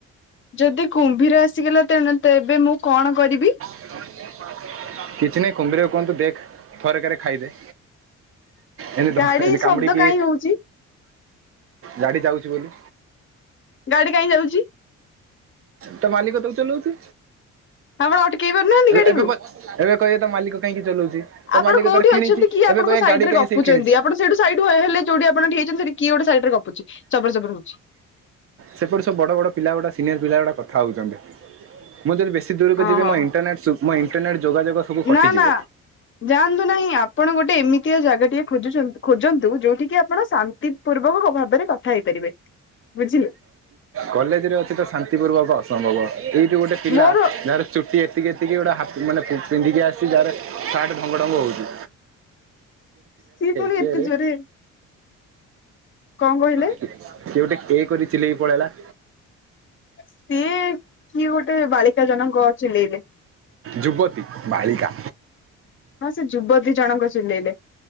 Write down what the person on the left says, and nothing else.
ଯଦି କୁମ୍ଭୀର ଆସିଗଲା ତ ତେବେ ମୁଁ କଣ କରିବି?।
ଗାଡି
ଶବ୍ଦ କାହିଁ ହଉଛି
ଗାଡି କାହିଁ ଯାଉଛି
ଆପଣ ଅଟକେଇ ପାରୁନାହାନ୍ତି ଗାଡିକୁ
ଆପଣ
କୋଉଠି
ଅଛନ୍ତି କିଏ ଆପଣଙ୍କ
ସାଇଡ
ରେ
ଗପୁଛନ୍ତି
ଆପଣ ସେଇଠୁ ସାଇଡହେଲେ ଯୋଉଠି ଆପଣ ଠିଆହେଇଛନ୍ତି ସେଠି କିଏ ଗୋଟେ ସରେ ଗପୁଛି ଚର ଚପର ହଉଛି।
ଓହୋ
ନା ନା ଯାଆନ୍ତୁ ନାହିଁ ଆପଣ ଗୋଟେ ଏମିତିଆ ଜାଗା ଟିଏ। ଖୋଜନ୍ତୁ ଯୋଉଠି କି ଆପଣ ଶାନ୍ତି ପୂର୍ବକ ଭାବରେ କଥା ହେଇପାରିବେ ବୁଝିଲେ।
ମୋର
ସିଏ ପୁଣି
ଏତେ ଜୋରେ। କଣ କହିଲେ
ସିଏ କିଏ ଗୋଟେ ବାଳିକା ଜନଙ୍କ ଚିଲେଇଲେ।
ହଁ ସେ ଯୁବତୀ ଜଣକ ଚେଲେଇଲେ।